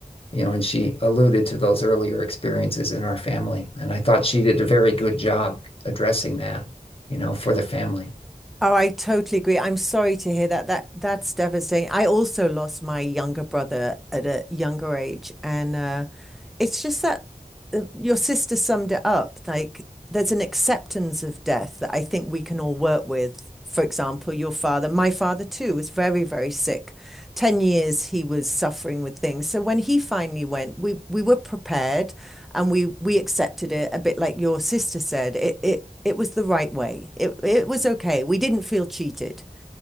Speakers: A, on the left; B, in the centre.
A: You know, and she alluded to those earlier experiences in our family. And I thought she did a very good job addressing that, you know, for the family.
B: Oh, I totally agree. I'm sorry to hear that. That that's devastating. I also lost my younger brother at a younger age, and uh, it's just that uh, your sister summed it up. Like, there's an acceptance of death that I think we can all work with. For example, your father, my father too, was very, very sick. 10 years he was suffering with things. So when he finally went, we we were prepared and we we accepted it a bit like your sister said. It it it was the right way. It it was okay. We didn't feel cheated.